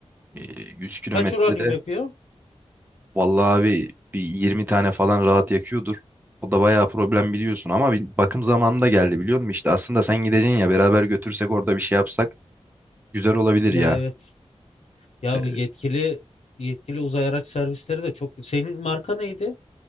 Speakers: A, on the right; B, on the left.
A: e, 100 kilometrede
B: Kaç uranyum yakıyor?
A: vallahi abi bir 20 tane falan rahat yakıyordur. O da bayağı problem biliyorsun ama bir bakım zamanında geldi biliyor musun? İşte aslında sen gideceksin ya beraber götürsek orada bir şey yapsak güzel olabilir
B: Ya
A: ya.
B: evet. Ya
A: E,
B: bu yetkili yetkili uzay araç servisleri de çok. Senin marka neydi?